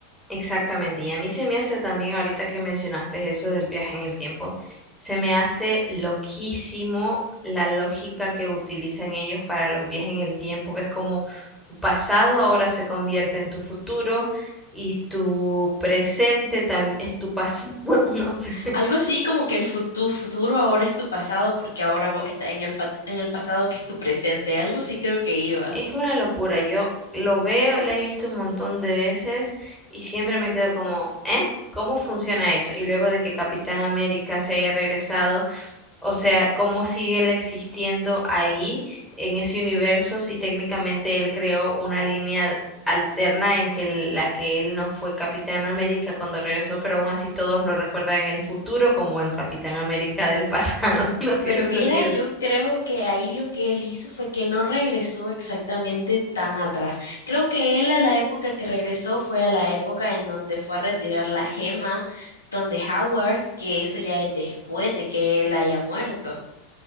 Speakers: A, in the centre; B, on the left.
A: Exactamente, y a mí se me hace también, ahorita que mencionaste eso del viaje en el tiempo, se me hace loquísimo la lógica que utilizan ellos para los viajes en el tiempo, que es como tu pasado ahora se convierte en tu futuro y tu presente también es tu pasado. <laughs> No sé,
B: Algo así como que el futuro, futuro ahora es tu pasado porque ahora vo- está en el, fat- en el pasado que es tu presente. Algo sí creo que iba.
A: es una locura. Yo lo veo, la he visto un montón de veces y siempre me quedo como, ¿eh? ¿Cómo funciona eso? Y luego de que Capitán América se haya regresado O sea, ¿cómo sigue él existiendo ahí en ese universo si técnicamente él creó una línea alterna en que él- la que él no fue Capitán América cuando regresó, pero aún así todos lo recuerdan en el futuro como el Capitán América del pasado? <laughs> No tiene
B: Pero
A: sentido.
B: viera, yo creo que ahí lo que él hizo fue que no regresó exactamente tan atrás. Creo que él a la época que regresó fue a la época en donde fue a retirar la gema, donde Howard, que eso ya es después de que él haya muerto.